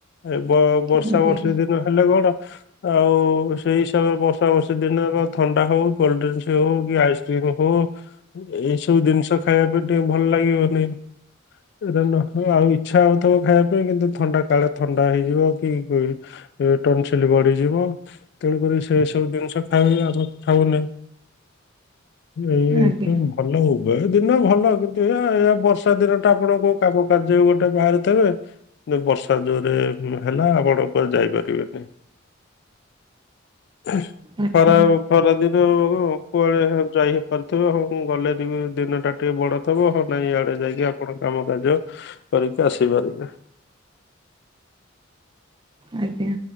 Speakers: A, on the left (about 55°); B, on the right (about 25°).
A: ଏ ବ
B: ଆଜ୍ଞା
A: ବର୍ଷା ବର୍ଷି ଦିନ ହେଲେ କଣ ଆଉ ସେଇ ହିସାବରେ ବର୍ଷା ବର୍ଷ ଦିନେ କଣ ଥଣ୍ଡା ହଉ କୋଲଡ୍ରିଙ୍କସ ହଉ କି ଆଇସ୍ କ୍ରିମ ହଉ ଏଇସବୁ ଜିନିଷ ଖାଇବା ପାଇଁ ଟିକେ ଭଲ ଲାଗିବନି ଏଇଟା ନଥିବ ଆଉ ଇଚ୍ଛା ନଥିବ ଖାଇବା ପାଇଁ କିନ୍ତୁ ଥଣ୍ଡା କାଳେ ଥଣ୍ଡା ହେଇଯିବ କି ଟନ୍ ସିଲି ବଢିଯିବ ତେଣୁକରି ସେ ସବୁ ଜିନିଷ ଖାଇଲେ ଆମ ଖାଉନେଁ ଏଇ
B: ଆଜ୍ଞା
A: ଭଲ ଉଭୟ ଦିନ ଭଲ କିନ୍ତୁ ଏୟା ଏୟା ବର୍ଷା ଦିନଟା ଆପଣ କୋଉ କାମ କାର୍ଯ୍ୟରେ ଗୋଟେ ବାହାରିଥିବେ କିନ୍ତୁ ବର୍ଷା ଜୋରେ ହେଲା ଆପଣ କୁଆଡ଼େ ଯାଇପାରି <unintelligible>
B: ଆଜ୍ଞା
A: ଖରା ଖରାଦିନ ହୋଉ ହୋଉ କୁଆଡ଼େ ଯାଇ ହେଇ ପାରୁଥିବ ହଉ ଗଲେ ଟିକେ ଦିନଟା ଟିକେ ବଡ଼ ଥିବ ନାଇଁ ଇଆଡେ ଯାଇକି ଆପଣ କାମ କାର୍ଯ୍ୟ କରିକି ଆସିପାରିବେ।
B: ଆଜ୍ଞା